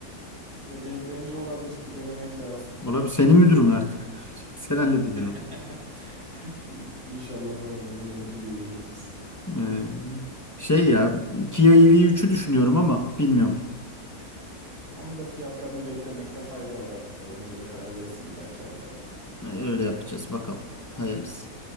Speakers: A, on the right; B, on the left.
A: Be- be- bence olabilir bir denemek lazım.
B: <laughs> Buna bir senin müdürün artık. <laughs> Sen halledin
A: <laughs>
B: onu.
A: İ- İnşallah bakalım onda da müdürlüğü ilerletiriz.
B: Ee, şey ya Kia EV3'ü düşünüyorum ama bilmiyorum.
A: Onun da fiyatlarını beklemekte fayda var abi. Ona göre karar verirsin bir dahaki ay zaten.
B: Ee, Öyle yapacağız bakalım. Hayırlısı.